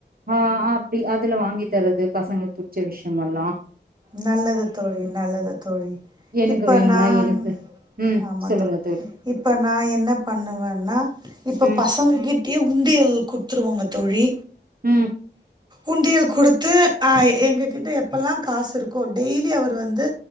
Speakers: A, on the right (about 55°); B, on the right (about 25°).
A: ஆ ஆ அப்டி அதுல வாங்கி தரது பசங்களுக்கு புடிச்ச விஷயமல்லா
B: நல்லது தோழி நல்லது தோழி
A: எனக்கு
B: இப்ப
A: வேணுனா
B: நான்
A: எனக்கு ம்
B: ஆமா
A: சொல்லுங்க
B: தோழி இப்ப நா என்ன பண்ணுவன்னா இப்ப
A: ம்
B: பசங்க கிட் யு உண்டியல் குடுத்துருவாங்க தோழி
A: ம்
B: உண்டியல் குடுத்து அ எங்க கிட்ட எப்பல்லா காசு இருக்கோ டெய்லி அவர் வந்து